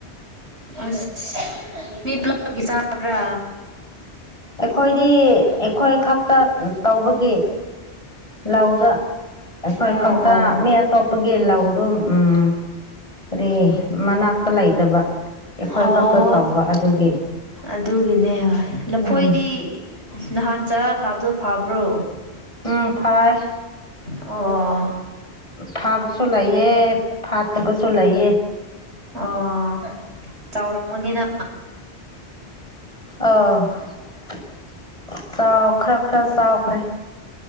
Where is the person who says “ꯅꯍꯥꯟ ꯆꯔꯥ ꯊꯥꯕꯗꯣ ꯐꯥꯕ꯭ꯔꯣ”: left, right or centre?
Right